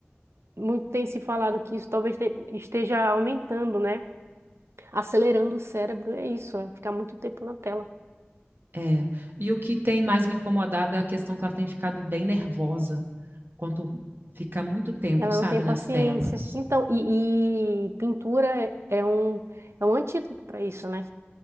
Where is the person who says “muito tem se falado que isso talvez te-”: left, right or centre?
Right